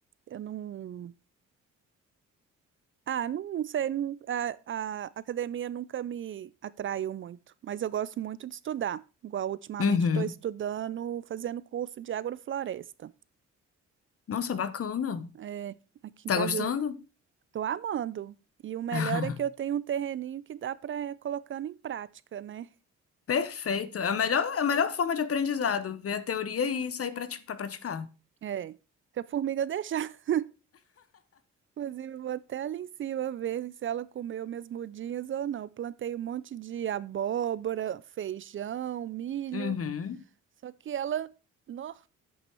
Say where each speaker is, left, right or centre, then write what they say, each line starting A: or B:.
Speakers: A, on the right; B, on the left.
A: eu não. Ah, não sei, não- a, a academia nunca me atraiu muito, mas eu gosto muito de estudar. Igual ultimamente
B: Uhum.
A: estou estudando, fazendo curso de agrofloresta.
B: Nossa, bacana.
A: É, aqui
B: Tá
A: em casa
B: gostando?
A: eu tô amando. E o melhor
B: <laughs>
A: é que eu tenho um terreninho que dá para ir colocando em prática, né?
B: Perfeito. É a melhor, é a melhor forma de aprendizado, ver a teoria e sair para praticar.
A: É. Se a formiga deixar. <laughs> Inclusive, eu vou até ali em cima ver se ela comeu minhas mudinhas ou não. Plantei um monte de abóbora, feijão, milho.
B: Uhum,
A: Só que ela, nó,